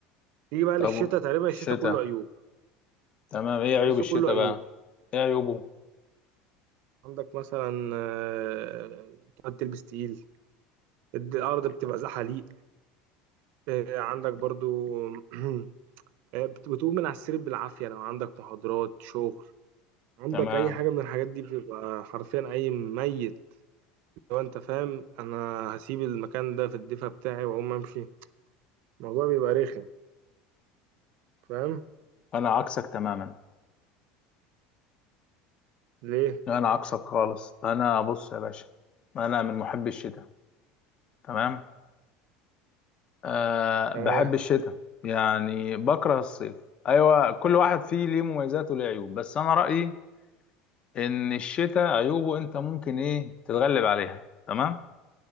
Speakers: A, on the right (about 60°); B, on the left (about 30°).
A: تيجي بقى
B: طب
A: للشتاء تقريبا
B: الشتاء
A: الشتاء كله عيوب
B: تمام ايه عيوب
A: تحسه
B: الشتاء
A: كله عيوب
B: بقى ايه عيوبه
A: عندك مثلا آه، تقعد تلبس تقيل الارض بتبقى زحاليق آه، عندك برضو <clears throat> آه، بت- بتقوم من على السرير بالعافيه لو عندك محاضرات شغل عندك
B: تمام
A: اي حاجه من الحاجات دي بتبقى حرفيا اي ميت لو انت فاهم انا هسيب المكان ده في الدفا بتاعي واقوم امشي الموضوع بيبقى رخم فاهم
B: انا عكسك تماما
A: ليه
B: انا عكسك خالص انا بص يا باشا انا من محبي الشتاء تمام أه
A: تمام
B: بحب الشتاء يعني بكره الصيف ايوه كل واحد فيه ليه مميزات وليه عيوب بس انا رأيي ان الشتاء عيوبه انت ممكن ايه تتغلب عليها تمام